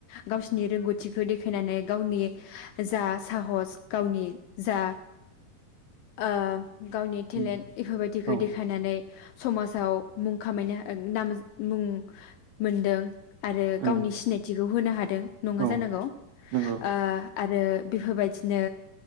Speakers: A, on the left; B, on the right.
A: गावसिनि रोंगौथिखौ देखायनानै गावनि जा साहस गावनि जा ओ गावनि टेलेन्ट
B: उम
A: बेफोरबायदिखौ
B: औ
A: देखायनानै समाज आव मुं खामायनो नाम मुं मोनदों आरो
B: औ
A: गावनि सिनायथिखौ होनो हादों नङा
B: औ
A: जानांगौ
B: नंगौ
A: ओ आरो बेफोरबायदिनो